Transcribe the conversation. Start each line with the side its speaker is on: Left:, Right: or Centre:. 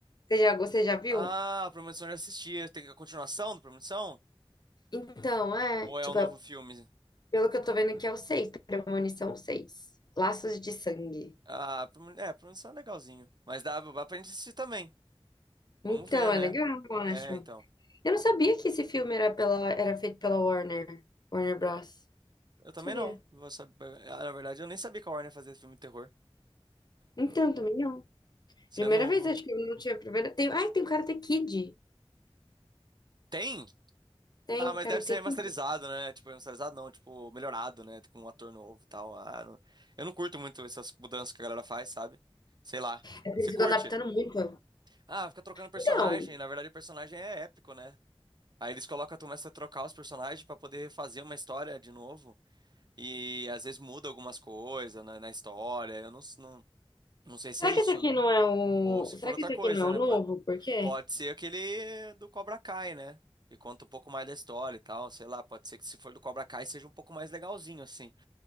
Left: Você já, você já viu?
Right: Ah, Premonição eu já assisti. Tem a continuação do Premonição?
Left: Então, é,
Right: Ou
Left: tipo,
Right: é um novo
Left: é-
Right: filme?
Left: pelo que eu tô vendo aqui é o 6, Premonição seis. Laços de Sangue.
Right: Ah, Premoni- é, Premonição é legalzinho. Mas dá, dá pra gente assistir também.
Left: Então,
Right: Vamos ver,
Left: é
Right: né?
Left: legal, eu acho.
Right: É, então.
Left: Eu não sabia que esse filme era, pela, era feito pela Warner, Warner Bros.
Right: Eu também
Left: Não Sabia.
Right: não. Vou saber- ah, na verdade, eu nem sabia que a Warner fazia filme de terror.
Left: Então, também não.
Right: Isso
Left: Primeira
Right: é novo.
Left: vez, acho que eu não tinha primeira. Tem... Ai, tem o Karate Kid.
Right: Tem?
Left: Tem
Right: Ah, mas
Left: Karate
Right: deve ser remasterizado,
Left: Kid.
Right: né? Tipo, remasterizado não, tipo, melhorado, né? Com um ator novo e tal. Ah, não- Eu não curto muito essas mudanças que a galera faz, sabe? Sei lá.
Left: É por
Right: Você
Left: isso
Right: curte?
Left: que eu tô adaptando muito.
Right: Ah, fica trocando personagem.
Left: Então,
Right: Na verdade, o personagem é épico, né? Aí eles colocam, começa a trocar os personagens pra poder fazer uma história de novo. E às vezes muda algumas coisas na, na história. Eu não, s- não, não sei se
Left: será
Right: é isso,
Left: que esse aqui
Right: né?
Left: não é o.
Right: Ou se
Left: Será
Right: for outra
Left: que esse
Right: coisa,
Left: aqui não é o
Right: né?
Left: novo?
Right: Pode,
Left: Por quê?
Right: pode ser aquele do Cobra Kai, né? Que conta um pouco mais da história e tal, sei lá. Pode ser que se for do Cobra Kai seja um pouco mais legalzinho, assim.